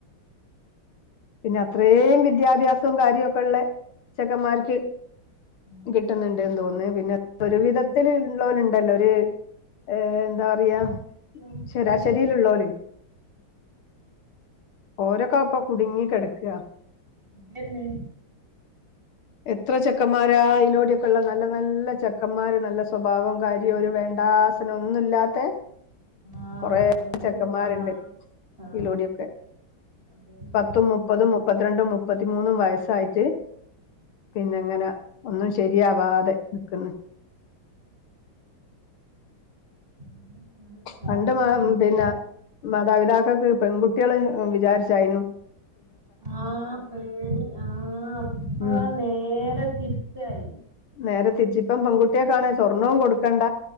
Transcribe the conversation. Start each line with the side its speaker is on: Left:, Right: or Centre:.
Left: പിന്നെ അത്രയും വിദ്യാഭ്യാസവും കാര്യവും ഒക്കെ ഉള്ള അ ചെക്കന്മാർക്ക്
Right: ആ
Left: കിട്ടുന്നുണ്ട്ന്ന് തോന്നുന്നു പിന്നെ
Right: അതന്നെ
Left: ഒരു വിധത്തിള്ള
Right: അത്ര
Left: പോല ഉണ്ടല്ലോ ഒരു ഏർ എന്താ പറയാ
Right: ആഗ്രഹിച്ചുള്ളവർക്കൊന്നും
Left: ശരാശരിയിലുള്ളല
Right: ഇപ്പ അത്
Left: ഓര കാപ്പ കുടുങ്ങി കിടക്കയാ
Right: അതന്നെ
Left: ഇത്ര ചെക്കന്മാരാ അതിലോടെൊക്കെ ഉള്ള നല്ല നല്ല ചെക്കന്മാര് നല്ല സ്വഭാവവും കാര്യവും ഒരു വേണ്ട അന ഒന്നുമല്ലാത്ത
Right: ആ
Left: കൊറെേ
Right: പണ്ട്
Left: ചെക്കന്മാരുണ്ട്
Right: കിട്ടാണ്ട് ആ
Left: ഇതിലൂടെിയൊക്കെ
Right: അതന്നെ.
Left: പത്തും മുപ്പതും മുപ്പത്തി രണ്ടും മുപ്പ മുപ്പത്തിമൂന്ന വയസ്സായിട്ട് പിന്നെങ്ങനെ ഒ ശരിയാവാതെ നിക്കുന്നു
Right: അങ്ങനൊക്കാണിപ്പ കാലം
Left: പണ്ട് മാ
Right: മാറിപ്പോയത്.
Left: പിന്നെ മാതാപിതാക്കൊക്ക് പെൺകുട്ടികള് വിചാരിച്ചായിു
Right: ആ പേടി ആ അപ്പ
Left: ഉം.
Right: നേരെ തിരിച്ചയി
Left: നേരെ തിരിച്ചിപ്പം പെൺകുട്ടിയെ കാാണ സ്വർണ്ണവും കൊടുക്കണ്ട